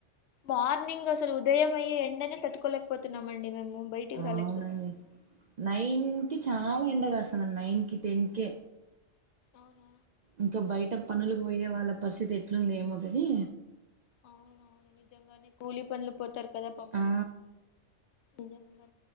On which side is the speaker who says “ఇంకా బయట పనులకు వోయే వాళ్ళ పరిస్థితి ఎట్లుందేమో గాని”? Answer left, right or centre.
Right